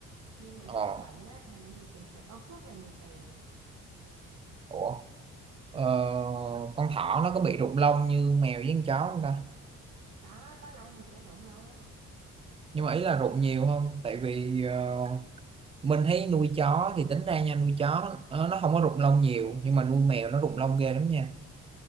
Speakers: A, on the right; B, on the right.
A: nhưng mà
B: ờ
A: nếu nó bệnh á, thì thì sẽ tốn <laughs> rất là nhiều tiền
B: ủa ờ, con thỏ nó có bị rụng lông như mèo với con chó không ta
A: có có lông thì sẽ rụng lông
B: nhưng mà ý là rụng nhiều không tại vì ờ, mình thấy nuôi chó thì tính ra nha nuôi chó ờ, nó không có rụng lông nhiều nhưng mà nuôi mèo nó rụng lông ghê lắm nha